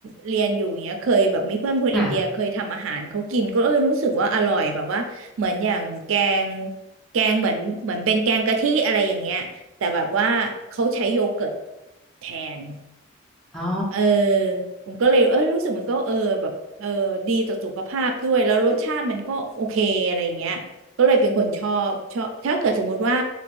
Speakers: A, on the right; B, in the centre.
A: เรียนอยู่เนี้ยเคยแบบมีเพื่อนคนอินเดียเคยทำอาหารเขากินก็เออรู้สึกว่าอร่อยแบบว่าเหมือนอย่างแกง
B: ค่ะ
A: แกงเหมือนเหมือนเป็นแกงกะทิอะไรอย่างเงี้ยแต่แบบว่าเขาใช้โยเกิร์ตแทน
B: อ๋อ
A: เออผมก็เลยเออรู้สึกมันก็เออแบบเออดีต่อสุขภาพด้วยแล้วรสชาติมันก็โอเคอะไรอย่างเงี้ยก็เลยเป็นคนชอบชอบถ้าเกิดสมมุติว่า